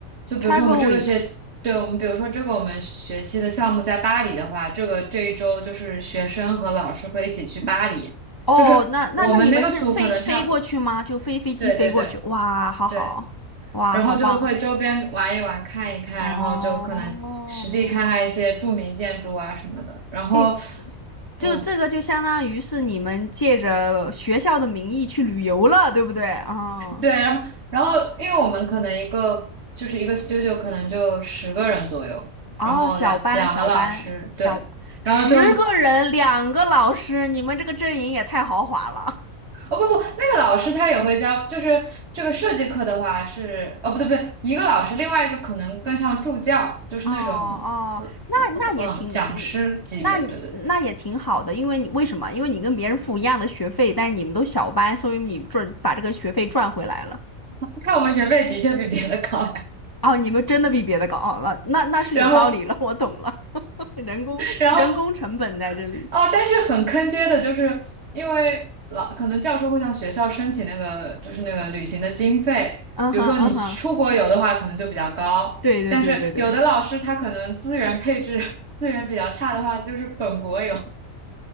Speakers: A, on the right; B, on the left.
A: 就比如说我们这个学期，
B: ，Travel Week，
A: 对我们比如说这个我们学期的项目在巴黎的话，这个这一周就是学生和老师会一起去巴黎，
B: 哦，
A: 就是我们那个组可能差不多
B: 那那那你们是飞飞过去吗？就飞飞机飞过去？
A: 对对对。
B: 哇，好好，
A: 对
B: 哇，
A: 然后就会周边玩一玩、
B: 好棒，
A: 看一看，
B: 哦。
A: 然后就可能实地看看一些著名建筑啊什么的。然后，
B: 哎，是是，就这个就相当于是你们借着学校的名义去旅游了，
A: 嗯，
B: 对不对？啊，
A: 对，然后然后因为我们可能一个就是一个 studio 可能就十个人左右，
B: 哦，
A: 然后两两个老师，
B: 小班小班小，
A: 对，然后就
B: 十个人，两个老师，你们这个阵营也太豪华了。
A: 哦不不，那个老师他也会教，就是这个设计课的话是哦不对不对，一个老师，另外一个可能更像助教，就是那种呃呃嗯讲师级别，
B: 哦哦，那那也挺挺，那你那也挺好的，
A: 对对对。
B: 因为你为什么？因为你跟别人付一样的学费，但是你们都小班，说明你赚把这个学费赚回来了。
A: <laughs> 看我们学费的确比别的高，
B: 哦，你们真的比别的高，哦，那那那是有道理了，
A: 然后，
B: 我懂了。人工人工成本在这里。
A: 然后，哦，但是很坑爹的，就是因为老可能教授会向学校申请那个，就是那个旅行的经费。
B: 嗯哼，
A: 比如说你出国游的话，
B: 嗯哼，
A: 可能就比较高，
B: 对对对对对
A: 但是有的老师他可能资源配置 <laughs> 资源比较差的话，就是本国游，